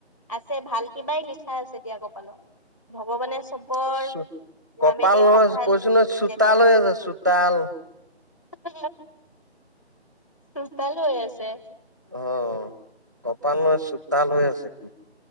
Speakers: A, on the left; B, on the right.
A: আছে ভাল কিবাই লিখা আছে দিয়া কপালত। ভগৱানে চবৰ
B: আছে কপাল
A: নামেদি
B: নহয়
A: ভাল ভাল
B: কৈছো নহয়
A: লিখি
B: চোতাল
A: ৰাখে।
B: হৈ আছে। চোতাল।
A: ভাল হে চোতাল হৈ আছে।
B: অ' কপাল নয় চোতাল হৈ আছে কিন্তু